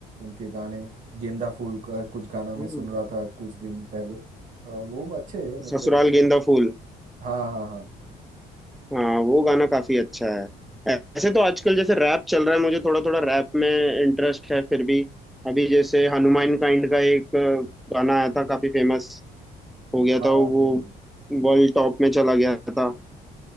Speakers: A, on the right; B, in the centre.
A: उनके गाने गेंदा फूल का कुछ गाना मैं
B: हम्म
A: सुन रहा था कुछ दिन पहले अ, वो अच्छे हैं मतलब
B: ससुराल गेंदा फूल
A: हाँ हाँ हाँ
B: हाँ वो गाना काफी अच्छा है ऐ- ऐसे तो आजकल जैसे रैप चल रहा है मुझे थोड़ा थोड़ा रैप में इंटरेस्ट है फिर भी अभी जैसे हनुमान काइंड का एक अ, गाना आया था काफी फेमस हो गया
A: हाँ
B: था वो वर्ल्ड टॉप में चला गया था